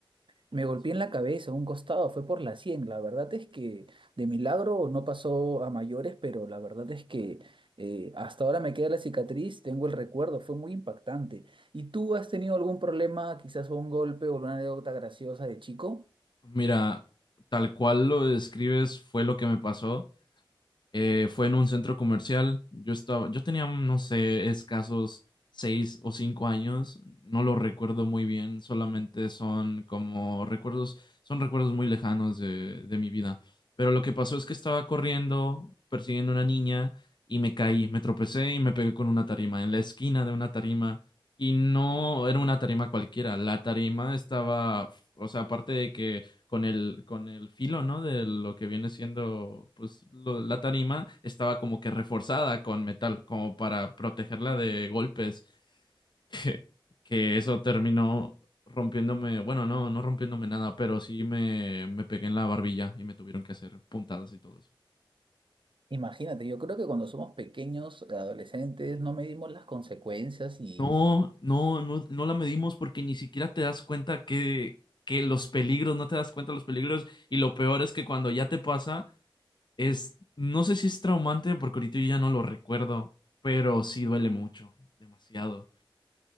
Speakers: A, on the right; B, on the left.
A: Me golpeé
B: sea,
A: en la cabeza, un costado, fue por la 100. La verdad es que de milagro no pasó a mayores, pero la verdad es que eh, hasta ahora me queda la cicatriz, tengo el recuerdo, fue muy impactante. ¿Y tú has tenido algún problema, quizás un golpe o una anécdota graciosa de chico?
B: Mira, tal cual lo describes fue lo que me pasó. Eh, fue en un centro comercial. Yo estaba, yo tenía, no sé, escasos seis o cinco años. No lo recuerdo muy bien. Solamente son como recuerdos, son recuerdos muy lejanos de, de mi vida. Pero lo que pasó es que estaba corriendo, persiguiendo a una niña y me caí, me tropecé y me pegué con una tarima en la esquina de una tarima. Y no era una tarima cualquiera. La tarima estaba, o sea, aparte de que con el, con el filo, ¿no? De lo que viene siendo, pues, lo- la tarima estaba como que reforzada con metal, como para protegerla de golpes, <laughs> que, que eso terminó rompiéndome, bueno, no, no rompiéndome nada, pero sí me, me pegué en la barbilla y me tuvieron que hacer puntadas y todo eso.
A: Imagínate, yo creo que cuando somos pequeños, adolescentes, no medimos las consecuencias y,
B: No, no, no, no la medimos porque ni siquiera te das cuenta que, que los peligros, no te das cuenta de los peligros y lo peor es que cuando ya te pasa Es, no sé si es traumante porque ahorita yo ya no lo recuerdo, pero sí duele mucho, demasiado.